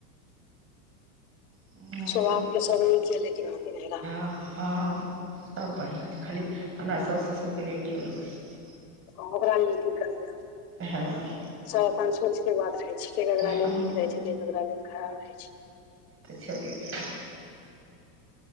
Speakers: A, on the right; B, on the left.
A: हमसभ
B: स्वभाव के सब नीक यै लेकिन अहाँ के नहिरामें।
A: हँ- हँ सब बढ़िआँ छै, खाली हमरा साासु ससुरके लिए केओ नहि बढ़िआँ छै।
B: ओकरा लि की करबै आब,
A: छै।
B: सब अपन सोच के बात रहै छै। के केकरा
A: हँ हँ
B: लेल नीक रहै छै, के केकरा लेल खराब रहै छै।
A: छेबै करै।